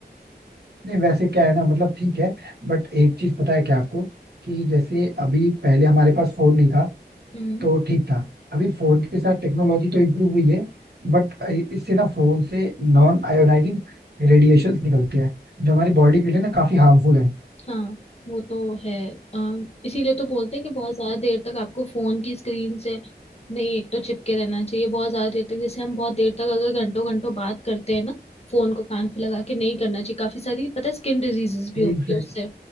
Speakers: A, on the right; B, on the left.
A: नहीं वैसे क्या है ना मतलब ठीक है बट एक चीज पता है क्या आपको कि जैसे अभी पहले हमारे पास फोन नहीं था
B: हम्म
A: तो ठीक था अभी फोन के साथ टेक्नोलॉजी तो इम्प्रूव हुई है बट इससे ना फोन से नॉन आयोनाइजिंग रेडिएशंस निकलते हैं जो हमारी बॉडी के लिए ना काफी हार्मफुल है
B: हाँ वो तो है अम, इसीलिए तो बोलते हैं कि बहुत ज्यादा देर तक आपको फोन की स्क्रीन से नहीं एक तो चिपके रहना चाहिए बहुत ज्यादा देर तक जैसे हम बहुत देर तक अगर घंटों घंटों बात करते हैं ना फोन को कान पे लगा के नहीं करना चाहिए काफी सारी पता है स्किन डिजीजेस भी होती
A: एग्जैक्ट
B: है उससे